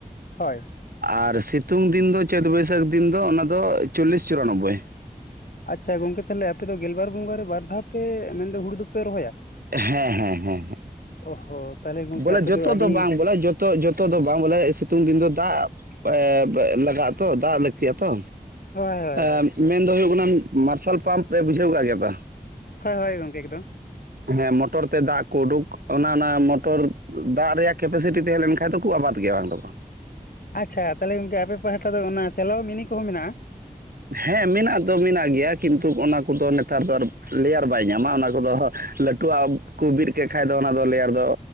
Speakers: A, on the left (about 75°); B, on the right (about 80°).
A: ᱦᱳᱭ᱾
B: ᱟᱨ ᱥᱤᱛᱩᱝ ᱫᱤᱱ ᱫᱚ, ᱪᱟᱹᱛ ᱵᱟᱹᱭᱥᱟᱹᱠᱷ ᱫᱤᱱ ᱫᱚ ᱚᱱᱟᱫᱚ ᱪᱚᱞᱞᱤᱥ ᱪᱩᱨᱟᱱᱚᱵᱵᱳᱚᱭ᱾
A: ᱟᱪᱪᱷᱟ ᱜᱚᱝᱠᱮ, ᱛᱟᱦᱞᱮ ᱟᱯᱮ ᱫᱚ ᱜᱮᱞᱵᱟᱨ ᱵᱚᱸᱜᱟᱮ ᱵᱟᱨ ᱫᱷᱟᱣ ᱯᱮ ᱢᱮᱱᱫᱚ ᱦᱩᱲᱩ ᱫᱚᱯᱮ ᱨᱚᱦᱚᱭᱟ?
B: ᱦᱮᱸ ᱦᱮᱸ ᱦᱮᱸ ᱦᱮᱸ,
A: ᱚ ᱦᱚᱸ ᱛᱟᱦᱚᱞᱮ ᱜᱚᱝᱠᱮ
B: ᱵᱚᱞᱮ
A: ᱟᱯᱮ
B: ᱡᱚᱛᱚ
A: ᱟᱹᱰᱤ
B: ᱫᱚ ᱵᱟᱝ, ᱵᱚᱞᱮ ᱡᱚᱛ ᱮᱱᱛᱮᱜ ᱡᱚᱛᱚ ᱫᱚ ᱵᱟᱝ, ᱵᱚᱞᱮ ᱥᱤᱛᱩᱝ ᱫᱤᱱ ᱫᱚ ᱫᱟᱜ ᱮᱸ ᱞᱟᱜᱟᱜ-ᱟ ᱛᱚ, ᱫᱟᱜ ᱞᱟᱹᱠᱛᱤᱤᱭᱟ ᱛᱚ᱾
A: ᱦᱳᱭ ᱦᱳᱭ
B: ᱮᱸ,
A: ᱦᱳᱭ
B: ᱢᱮᱱᱫᱚ ᱦᱩᱭᱩᱜ ᱠᱟᱱᱟ ᱢᱟᱨᱥᱟᱞ ᱯᱟᱢᱯ ᱯᱮ ᱵᱩᱡᱷᱟᱹᱣ ᱠᱟᱜ ᱜᱮᱭᱟ ᱛᱚ?
A: ᱦᱳᱭᱻ ᱜᱚᱝᱠᱮ ᱮᱠᱫᱚᱢ᱾
B: ᱦᱮᱸ ᱢᱚᱴᱚᱨ ᱛᱮ ᱫᱟᱜ ᱠᱚ ᱩᱰᱩᱠ, ᱚᱱᱟ ᱚᱱᱟ ᱢᱚᱴᱚᱨ ᱫᱟᱜ ᱨᱮᱭᱟᱜ ᱠᱮᱯᱟᱥᱤᱴᱤ ᱛᱟᱦᱮᱸ ᱞᱮᱱᱠᱷᱟᱱ ᱠᱷᱟᱡ ᱫᱚᱠᱚ ᱟᱵᱟᱫ ᱜᱮᱭᱟ ᱵᱟᱝ ᱫᱚ ᱵᱟᱝ᱾
A: ᱟᱪᱪᱷᱟ, ᱛᱟᱦᱞᱮ ᱜᱚᱝᱠᱮ ᱟᱯᱮ ᱯᱟᱦᱟᱴᱟ ᱫᱚ ᱚᱱᱟ ᱥᱮᱞᱚ ᱢᱤᱱᱤ ᱠᱚᱦᱚᱸ ᱢᱮᱱᱟᱜ-ᱟ?
B: ᱦᱮᱸ ᱢᱮᱱᱟᱜ ᱫᱚ ᱢᱮᱱᱟᱜ ᱜᱮᱭᱟ, ᱠᱤᱱᱛᱩ ᱚᱱᱟ ᱠᱚᱫᱚ ᱱᱮᱛᱟᱨ ᱫᱚ ᱟᱨ ᱞᱮᱭᱟᱨ ᱵᱟᱭ ᱧᱟᱢᱟ ᱚᱱᱟ ᱠᱚᱫᱚ ᱞᱟᱹ ᱴᱩᱣᱟᱜ ᱠᱚ ᱵᱤᱫ ᱠᱮᱫ ᱠᱷᱟᱡ ᱫᱚ, ᱚᱱᱟ ᱫᱚ ᱞᱮᱭᱟᱨ ᱫᱚ